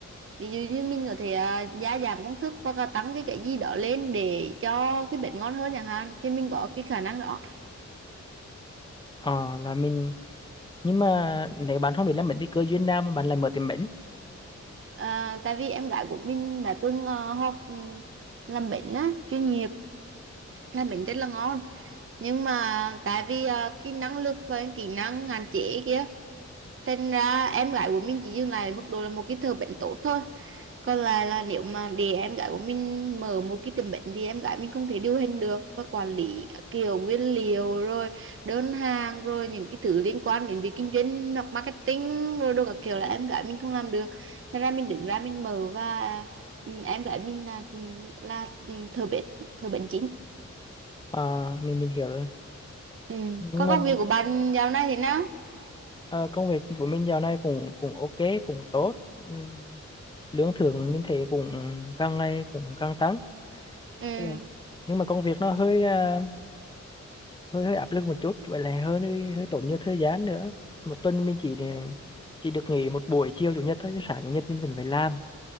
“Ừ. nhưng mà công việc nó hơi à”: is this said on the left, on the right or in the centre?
Left